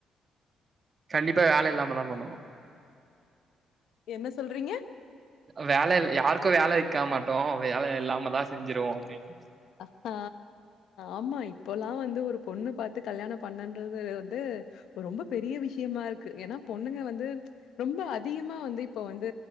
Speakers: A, on the right; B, on the left.
A: கண்டிப்பா வேல இல்லாம தா பன்னுவோ
B: என்ன சொல்றீங்க
A: வேல யாருக்கு வேல வைக்க மாட்டோ வேல இல்லாம தா செஞ்ருவோ அப்டின்னு
B: ஆ ஆமா இப்பல்லா வந்து ஒரு பொண்ணு பாத்து கல்யாண பண்ணன்றது வந்து ரொம்ப பெரிய விஷயமா இருக்கு ஏனா பொண்ணுங்க வந்து ரொம்ப அதிகமா வந்து இப்ப வந்து